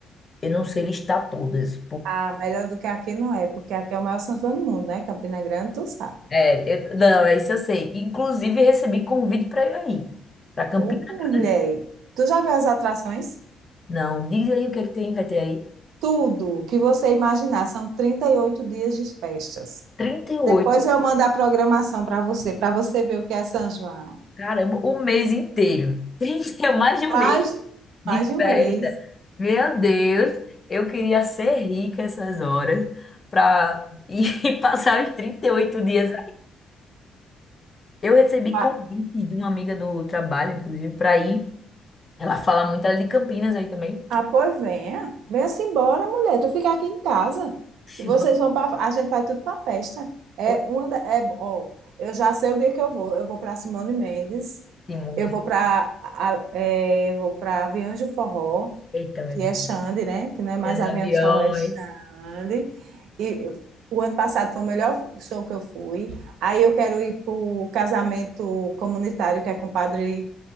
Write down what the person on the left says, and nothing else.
Eu não sei listar todas,
É, eu, não, é isso eu sei. Inclusive, recebi convite para eu ir aí, para Campina
Grande.
Não, diz aí o que é que tem, vai ter aí
38,
caramba, o mês inteiro. <laughs> Trinta é mais de um
mês de
festa.
Meu Deus, eu queria ser rica essas horas para ir <laughs> passar os 38 dias. Eu recebi
convite de uma amiga do trabalho, inclusive, para ir. Ela fala muito, ela é de Campinas aí também.
Oxi,
vamos,
ô,
Simone.
Eita, meu
Deus.
Feira de
aviões.